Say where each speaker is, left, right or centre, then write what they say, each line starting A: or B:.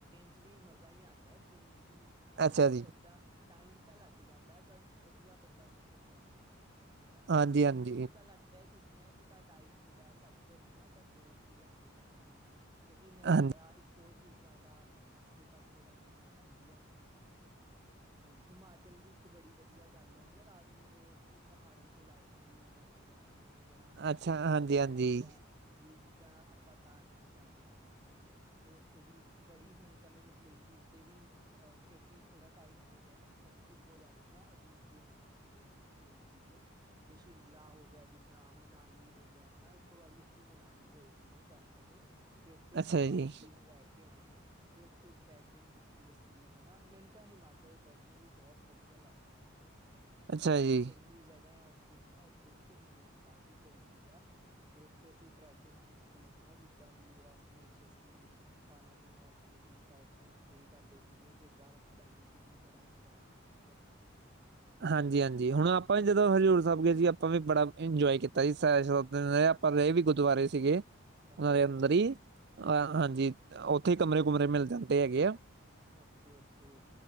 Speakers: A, on the right; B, on the right.
A: ਵਿਚ ਵੀ ਮਜ਼ਾ ਹੀ ਆਦਾ ਟ੍ਰੇਨ 'ਚ ਵੀ ਮਤਲਬ
B: ਅੱਛਾ ਜੀ
A: ਦਾ- ਟਾਈਮ ਤਾਂ ਲੱਗ ਜਾਂਦਾ ਪਰ ਵਧੀਆ। ਬੰਦਾ ਸਫ਼ਰ ਕਰ ਲੈਦਾ ਹਨਾ
B: ਹਾਂਜੀ
A: ਤੇ
B: ਹਾਂਜੀ
A: ਮੈਨੂੰ ਤਾਂ ਲੱਗਦਾ ਛੁੱ ਛੁਟੀਆਂ 'ਚ ਤਾਂ ਟਾਈਮ ਹੁੰਦਾ ਹੈ। ਸਭ ਕੋਲ ਹਨਾ ਤਾਂ ਟ੍ਰੇਨ 'ਚ ਹੀ ਜਾ ਕੇ ਫੈਦਾ ਹੁੰਦਾ ਹੈ। ਕਿਉਕਿ
B: ਹਾਂਜੀ
A: ਜਿਆਦਾ ਇੱਕੋ ਚੀਜਾ ਦਾ ਆਸੇ ਪਾਸੇ ਦਾ ਨਜਾਰਾ ਵਧੀਆ ਹੁੰਦਾ ਹੈ।
B: ਹ <inaudible>
A: ਤੇ ਹਿਮਾਚਲ ਦੀ ਇਕ ਬੜੀ ਵਧੀਆ ਗੱਲ ਹੈ। ਹਨਾ ਰਾਤ ਨੂੰ ਜਦੋ ਉਥੇ ਪਹਾੜਾਂ ਤੇ ਲਾਈਟਾਂ ਲੁਇਟਾਂ ਨਜ਼ਰ ਆਂਦੀਆਂ ਨੇ- ਬੜਾ
B: ਅੱਛਾ
A: ਇੱਕ
B: ਹਾਂਜੀ-ਹਾਂਜੀ
A: ਦਮ ਐ ਲੱਗਦੈ। ਵੀ ਜਿੱਦਾਂ ਆਪਾਂ ਤਾਰਿਆਂ 'ਚ ਆਗੇ ਹੋਵਾਂ ਹਨਾ ਤੇ ਉੱਥੇ ਦੀ ਬੜੀ ਹੁਣ ਤਾਂ ਮੈਨੂੰ ਪਲੇਸਿਸ ਦੇ ਵੀ ਆ, ਕਿਉਂਕੀ ਥੋੜ੍ਹਾ ਟਾਈਮ ਹੋ ਗਿਆ ਨਾ ਤਾਂ ਸਕਿੱਪ ਹੋ ਜਾਂਨੇ ਆ ਨਾ ਅਜੀਬ ਜੇ ਨਾਮ ਹੁੰਦੇ ਆ। ਓਥੇ ਪਲੇਸਿਸ ਨੇ ਤੇ ਸ਼ਿ ਸ਼ਿਮਲਾ ਹੋ ਗਿਆ, ਜਿੱਦਾਂ ਮਨਾਲੀ ਹੋ ਗਿਆ ਹਨਾ ਇੱਕ ਵਾਰੀ ਅਸੀਂ ਮਨਾਲੀ ਗਏ ਸੀਗੇ ਕੈਂਪ ਤੇ ਤੇ ਓਥੇ ਅਸੀਂ
B: ਅੱਛਾ
A: ਦਸ
B: ਜੀ,
A: ਦਿਨ ਰੈ ਕੇ ਆਏ ਆ। ਤੇ ਓਥੇ ਟ੍ਰੈਕਿੰਗ ਕੀਤੀ ਅਸੀਂ ਹਨਾ, ਮੈਨੂੰ ਤਾਂ ਹਿਮਾਚਲ ਪਰਸਨਲੀ ਬਹੁਤ ਵਧੀਆ ਲੱਗਦੈ। ਤੇ
B: ਅੱਛਾ ਜੀ।
A: ਚੰਗੀ ਜਗ੍ਹਾ ਐ ਓਥੇ ਹਨਾ, ਓਥੇ ਵੀ ਘੁੰਮਣ ਲਈ ਕਾਫ਼ੀ ਕੁੱਝ ਸੀਗਾ। ਤੇ ਉਥੇ ਅਸੀ ਟਰੈਕਿੰਗ ਕੀਤੀ ਹਨਾ, ਜਿੱਦਾਂ ਵੀ ਰਸਤੇ ਚ ਅਸੀ- ਖਾਣਾ ਪੀਣਾ ਉਥੇ ਕੀਤਾ ਉਥੇ ਸਟੇ ਕਰਦੇ ਸੀਗੇ, ਤੇ ਬਰਫ਼ ਪੈ ਰਹੀ ਸੀਗੀ ਬੜਾ ਨਜ਼ਾਰਾ ਆਉਦਾ ਹੈ। ਬਰਫ਼ ਚੇਤਾਂ <unintelligible>
B: ਹਾਂਜੀ- ਹਾਂਜੀ, ਹੁਣ ਆਪਾਂ ਵੀ ਜਦੋਂ ਹਜ਼ੂਰ ਸਾਹਿਬ ਗਏ ਸੀ ਆਪਾਂ ਵੀ ਬੜਾ ਇੰਜੋਏ ਕੀਤਾ ਜੀ ਸ- ਪਰ ਰਹੇ ਵੀ ਗੁਰਦੁਆਰੇ ਸੀਗੇ।
A: ਅੱਛਾ
B: ਉਹਨਾਂ ਦੇ
A: ਅੱਛਾ
B: ਅੰਦਰ ਹੀ, ਅ ਹਾਂਜੀ ਉਥੇ ਕਮਰੇ ਕੁਮਰੇ ਮਿਲ ਜਾਂਦੇ ਹੈਗੇ ਆ।
A: ਓਕੇ -ਓਕੇ-